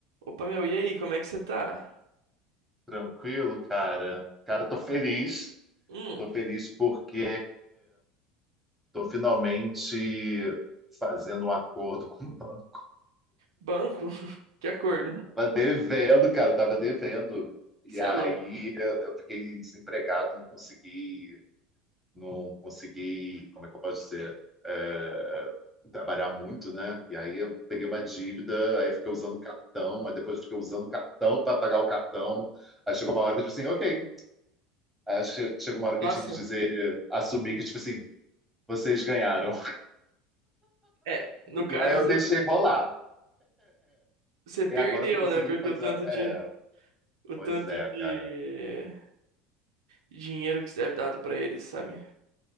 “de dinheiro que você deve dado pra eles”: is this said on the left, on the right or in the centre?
Right